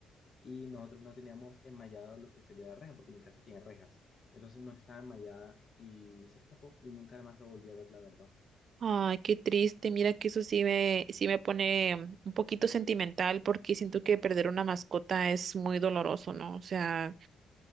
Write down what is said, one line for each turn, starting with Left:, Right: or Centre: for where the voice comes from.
Left: y nosotros no teníamos enmallado lo que sería la reja porque mi casa tiene rejas. Entonces no estaba enmallada y se escapó y nunca más lo volví a ver, la verdad.
Right: Ay, qué triste. Mira que eso sí me, sí me pone mm, un poquito sentimental porque siento que perder una mascota es muy doloroso, ¿no? O sea,